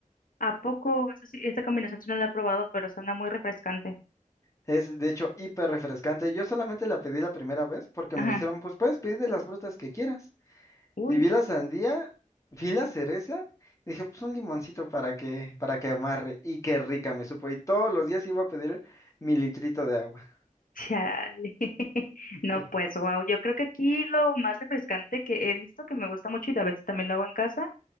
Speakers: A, on the left; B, on the left.
A: ¿A poco? Eso sí, esta combinación sí no la he probado, pero suena muy refrescante.
B: Es de hecho hiper refrescante. Yo solamente la pedí la primera vez porque
A: Ajá.
B: me dijeron, pues puedes pedir de las frutas que quieras.
A: Uy,
B: Y vi la sandía, vi la cereza, y dije, pues un limoncito para que, para que amarre. Y qué rica me supo. Y todos los días iba a pedir mi litrito de agua.
A: chale. <laughs> No,
B: Sí.
A: pues, wow. Yo creo que aquí lo más refrescante que he visto, que me gusta mucho y a veces también lo hago en casa,